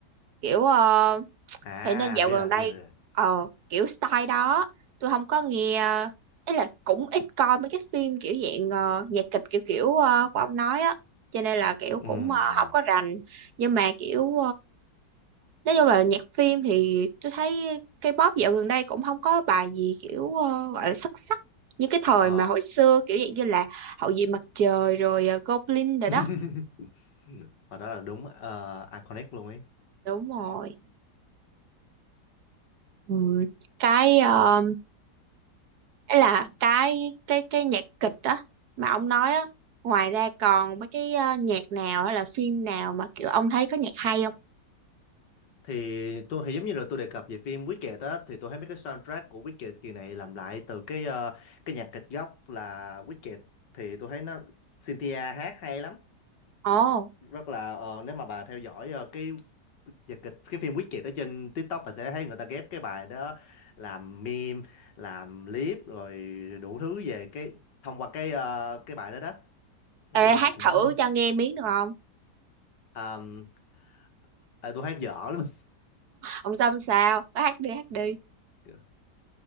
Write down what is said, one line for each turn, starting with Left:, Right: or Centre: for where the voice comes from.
Right: kiểu uh,
Left: à
Right: thế nên dạo
Left: biết
Right: gần
Left: rồi
Right: đây
Left: biết rồi biết rồi
Right: ờ kiểu style đó tôi không có nghe ờ, ý là cũng ít coi mấy cái phim kiểu dạng ờ, nhạc kịch kiểu kiểu ờ, của ông nói á cho nên là kiểu
Left: Ừm.
Right: cũng ờ, không có rành nhưng mà kiểu nói chung là nhạc phim thì tôi thấy K-pop dạo gần đây cũng không có bài gì kiểu ờ, gọi là xuất sắc như cái thời
Left: ờ
Right: mà hồi xưa kiểu dạng như là Hậu duệ mặt trời rồi ờ, Goblin rồi
Left: <laughs>
Right: đó
Left: Và đó là đúng ờ, iconic luôn
Right: đúng rồi Ừm, cái ờ, ấy là cái cái cái nhạc kịch đó mà ông nói á ngoài ra còn mấy cái ờ, nhạc nào hay là phim nào mà kiểu ông thấy có nhạc hay không
Left: thì tôi thì giống như là tôi đề cập về phim Wicked á thì tôi thấy mấy cái soundtrack của Wicked kỳ này làm lại từ cái ờ, cái nhạc kịch gốc là Wicked thì tôi thấy nó Cynthia hát hay lắm
Right: ồ
Left: Th- rất là ờ, nếu mà bà theo dõi ờ, cái nhạc kịch cái phim Wicked ở trên TikTok bà sẽ thấy người ta ghép cái bài đó làm meme làm clip rồi đủ thứ về cái thông qua cái ờ, cái bài đó đó nói
Right: ê
Left: chung
Right: hát
Left: là cũng
Right: thử cho nghe miếng được không
Left: um, à, tôi hát dở lắm
Right: ông sao ông sao có hát đi hát đi
Left: <laughs>